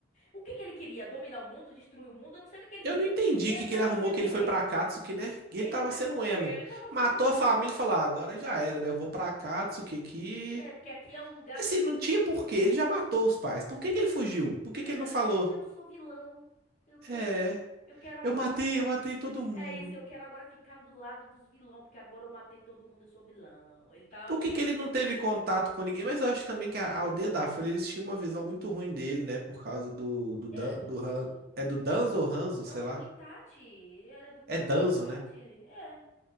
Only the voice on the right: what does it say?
Eu
não entendi
o que,
que ele arrumou
que ele foi
pra Akatsuki, né? Ele
tava
sendo
emo.
Matou
a família e falou, ah, agora já era, né? Eu vou pra Akatsuki aqui.
E Assim,
não tinha porquê. Ele já matou os pais. Por que que ele fugiu? Por que que
ele não falou?
É,
eu matei,
eu matei todo mundo.
Por
que que
ele não teve contato com ninguém? Mas eu acho também que a aldeia da Folha, eles tinham uma visão muito ruim dele, né? Por causa do, do, Dan-
do Han-
é do Danzo ou Hanzo,
sei lá.
É
Danzo,
né?